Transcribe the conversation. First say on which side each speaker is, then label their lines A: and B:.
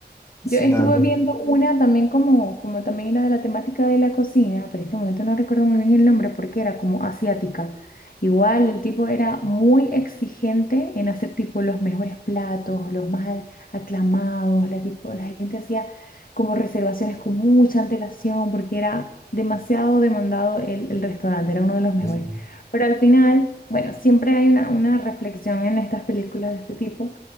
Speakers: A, on the left; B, on the left.
A: Yo
B: sí,
A: estuve
B: la verdad.
A: viendo una también como, como también era de la temática de la cocina, pero en este momento no recuerdo muy bien el nombre porque era como asiática. Igual el tipo era muy exigente en hacer tipo los mejores platos, los más a- aclamados, la, tipo, la gente hacía como reservaciones con mucha antelación porque era demasiado demandado el, el restaurante, era uno de los mejores.
B: Sí, sí,
A: Pero al final, bueno, siempre hay una, una reflexión en estas películas de este tipo